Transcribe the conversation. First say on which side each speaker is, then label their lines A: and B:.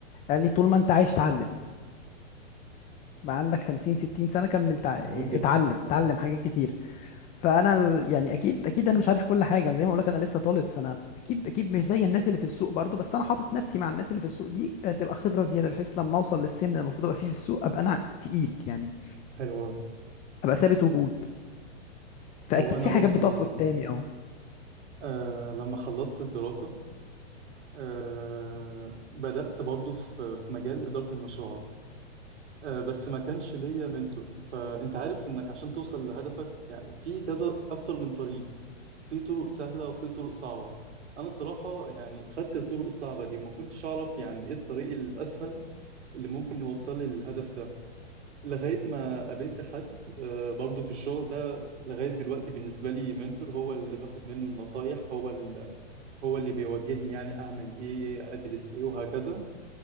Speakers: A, on the left; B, on the right.
A: قال لي طول ما انت عايش اتعلم بقى عندك 50 60 سنه كمل تع-
B: مهم
A: اتعلم
B: جدا طيب.
A: اتعلم حاجات كتير فانا ال- يعني اكيد اكيد انا مش عارف كل حاجه زي ما بقول لك انا لسه طالب فانا اكيد اكيد مش زي الناس اللي في السوق برضو بس انا حاطط نفسي مع الناس اللي في السوق دي آه، تبقى خبره زياده بحيث لما اوصل للسن اللي المفروض ابقى فيه في السوق ابقى انا تقيل يعني
B: حلو قوي
A: ابقى ثابت وجود فاكيد
B: هو انا
A: في
B: برضو
A: حاجات بتقف
B: آه،
A: قدامي اه
B: آه، لما خلصت الدراسة آه، بدأت برضو في في مجال إدارة المشروعات آه، بس ما كانش ليا منتور فانت عارف انك عشان توصل لهدفك يعني في كذا اكتر من طريق في طرق سهلة وفي طرق صعبة أنا صراحة يعني خدت الطرق الصعبة دي وما كنتش أعرف يعني إيه الطريق الأسهل اللي ممكن يوصل لي للهدف ده لغاية ما قابلت حد آه، برضو في الشغل ده لغاية دلوقتي بالنسبة لي منتور هو اللي باخد منه النصايح هو ال- هو اللي بيوجهني يعني أعمل إيه أدرس إيه وهكذا